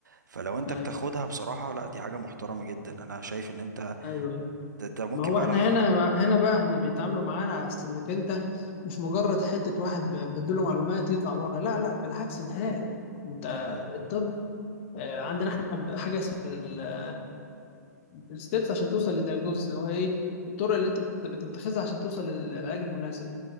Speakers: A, on the right (about 80°); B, on the left (about 45°).
A: فلو انت
B: ايوه
A: بتاخدها بصراحه لا دي حاجه محترمه جدا انا شايف ان انت
B: ايوه ايوه
A: انت ممكن
B: ما هو
A: بقى
B: احنا
A: لو حب
B: هنا هنا بقى احنا بيتعاملوا معانا على أساس انك انت مش مجرد حته واحد ب- بديله معلومات يطلع بره لا لا بالعكس نهائي انت
A: مم،
B: الطب آه، عندنا احنا ب- حاجه اسمها الستبس عشان توصل للدياجنوز اللي هو ايه الطرق اللي انت بت- بتتخذها عشان توصل للعلاج المناسب